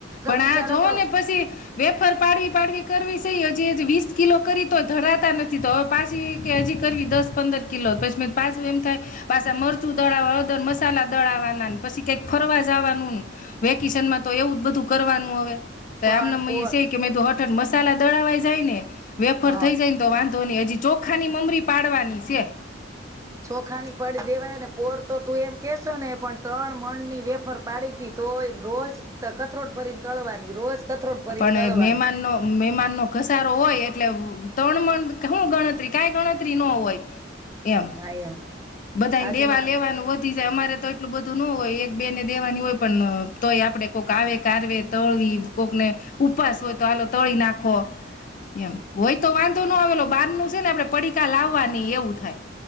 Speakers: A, on the left; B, on the right.
A: પણ
B: વિચાર
A: આ જોઓ
B: હતો
A: ને પછી વેફર પાડવી પાડવી કરવી છેઈ હજી વીસ કિલો કરી તો ધરાતા નથી તો હવે પાછી કે હજી કરવી દસ પંદર કિલો પછી મે પાછું એમ થાય પાછા મરચું દળાવ મસાલા દળાવાના પછી કઈક ફરવા જવાનું વેકેશન માં તો એવું બધું કરવાનું તો
B: પણ
A: એમને
B: પોર
A: એ હસે કે પા મસાલા દળવાઈ જાય ને વેફર
B: હા
A: થઈ જાય ને તો વાંધ તો નહી હજી ચોખાની મમરી પાડવાની છે
B: ચોખાની પડી દેવાયને પોર તો તું એમ કેશો ને પણ ત્રણ મણ ની વેફર પાડી ત તો રોજ કથરોટ ફરીને તળવાની રોજ કથરોટ ભરીને
A: પણ
B: તળવાની
A: એ મહેમાનનો મેમાનનો ઘસારો હોય એટલે ત્રણ મન હું ગણતરી કઈ ગણતરી ન હોય. એમ
B: હા એમ.
A: બધાને
B: આજે
A: દેવા
B: હા
A: દેવાનું હોત. થી જાય અમારે તો એટલું બધું ન હોય એક બે ને દેવાની હોય પણ તોય આપડે કોઈક આવે કાર તળી કોકને ઉપવાસ હોય તો આલો તળી નાખો. એમ હોય તો વાંધો ન આવેલો. બહાર નું છે ને આપડે પડીકા લાવવાની એવું થાય.